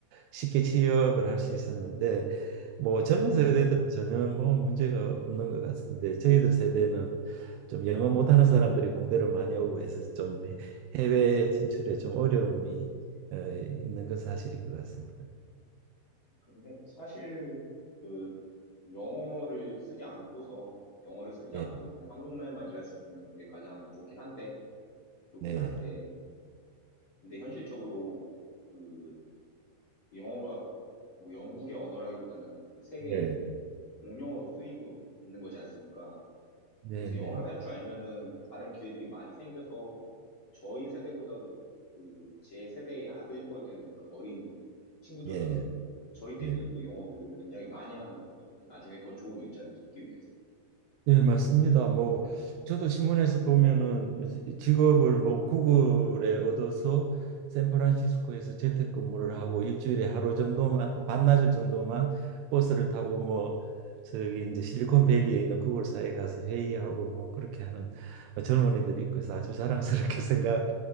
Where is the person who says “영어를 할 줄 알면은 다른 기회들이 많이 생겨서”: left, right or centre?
Left